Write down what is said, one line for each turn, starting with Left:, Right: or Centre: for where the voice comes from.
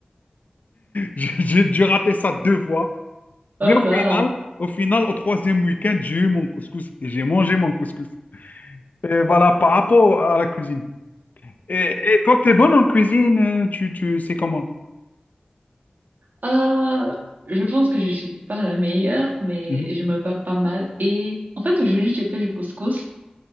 Left: J'ai j'ai dû rater ça deux fois.
Right: Oh
Left: Mais au
Right: là.
Left: final, au final, au troisième week-end, j'ai eu mon couscous et j'ai mangé mon couscous. Et voilà, par rapport à la cuisine. Et, et toi, t'es bonne en cuisine, euh, tu, tu sais comment?
Right: Ah, je pense que je suis pas la meilleure, mais
Left: Mhm.
Right: je me bats pas mal. Et en fait, aujourd'hui, j'ai fait du couscous,